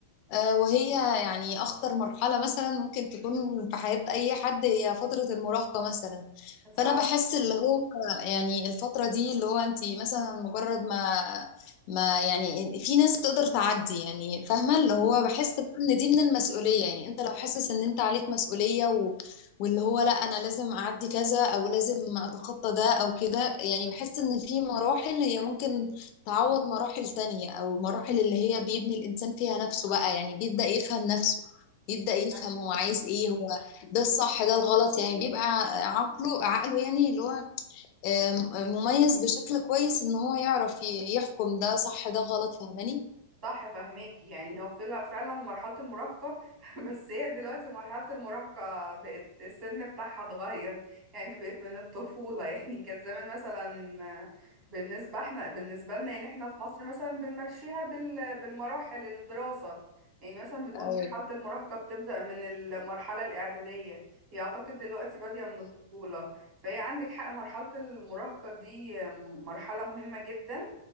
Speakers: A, on the left; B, on the right.
A: آه، وهي يعني أخطر مرحلة مثلا ممكن تكون في حياة أي حد هي فترة المراهقة مثلا
B: صح
A: فأنا بحس اللي هو يعني الفترة دي اللي هو أنت مثلا مجرد ما ما يعني في ناس تقدر تعدي يعني فاهمة اللي هو بحس بقى إن دي من المسؤولية يعني أنت لو حاسس إن أنت عليك مسؤولية و واللي هو لا أنا لازم أعدي كذا أو لازم أتخطى ده أو كده يعني بحس إن في مراحل هي ممكن تعوض مراحل تانية أو المراحل اللي هي بيبني الإنسان فيها نفسه بقى يعني بيبدأ يفهم نفسه بيبدأ يفهم
B: صح
A: هو عايز إيه هو ده الصح ده الغلط يعني بيبقى عقله عقله يعني اللي هو آم، مميز بشكل كويس إن هو يعرف ي- يحكم ده صح ده غلط فاهماني؟
B: صح فهماك يعني هو فعلا فعلا مرحلة المراهقة <laughs> بس هي دلوقتي مرحلة المراهقة بقت السن بتاعها اتغير يعني بقت من الطفولة <laughs> يعني كانت زمان مثلا بالنسبة احنا بالنسبة لنا يعني احنا في مصر مثلا بنمشيها بال بالمراحل الدراسة يعني مثلا بنقول
A: أيوه
B: مرحلة المراهقة بتبدأ من المرحلة الإعدادية هي أعتقد دلوقتي بادية من الطفولة فهي عندك حق مرحلة المراهقة دي مرحلة مهمة جدا